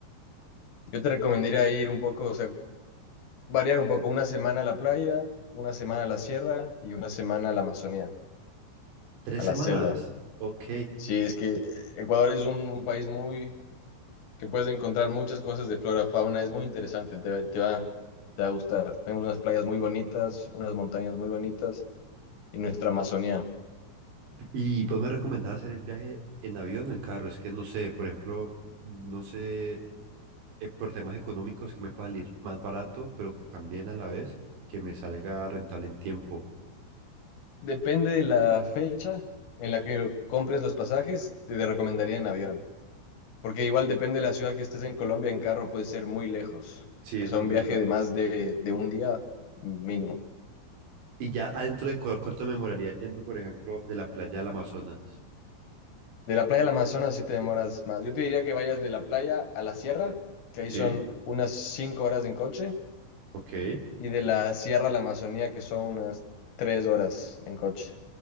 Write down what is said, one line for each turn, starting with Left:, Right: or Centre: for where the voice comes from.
Left: Yo te recomendaría ir un poco, o sea, variar un poco, una semana a la playa, una semana a la sierra y una semana a la Amazonía,
Right: ¿Tres
Left: a
Right: semanas?
Left: la selva.
Right: Ok.
Left: Sí, es que Ecuador es un un país muy que puedes encontrar muchas cosas de flora, fauna, es muy interesante, te, va- te va, te va a gustar. Tenemos unas playas muy bonitas, unas montañas muy bonitas y nuestra Amazonía.
Right: Y pues me recomendás hacer el viaje en avión o en carro. Es que no sé, por ejemplo, no sé eh, por temas económicos que me pueda salir más barato, pero también a la vez que me salga rentable en tiempo.
Left: Depende de la fecha en la que compres los pasajes, te, te recomendaría en avión, porque igual depende de la ciudad que estés en Colombia, en carro puede ser muy lejos,
Right: Sí,
Left: o
Right: eso
Left: sea,
Right: es
Left: un
Right: verdad.
Left: viaje de más de, de un día mínimo.
Right: Y ya adentro de Ecuador, ¿cuánto me demoraría yendo, por ejemplo, de la playa al Amazonas?
Left: De la playa al Amazonas sí te demoras más. Yo te diría que vayas de la playa a la sierra, que ahí
Right: Sí,
Left: son unas cinco horas en coche
Right: ok.
Left: y de la Sierra a la Amazonía, que son unas tres horas en coche.